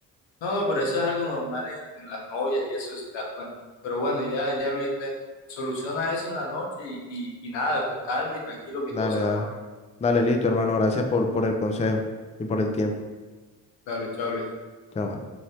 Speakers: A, on the left (about 85°); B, on the left (about 15°).
A: No, no, pero eso es algo normal en, en las novias y eso, si te das cuenta. Pero bueno, ya, ya Luis, ve, soluciona eso en la noche y, y, y nada, con calma y tranquilo que
B: Dale,
A: todo se
B: dale,
A: va a mejorar.
B: dale, listo, hermano, gracias por, por el consejo y por el tiempo.
A: Dale, chao, Luis.
B: Chao, mano.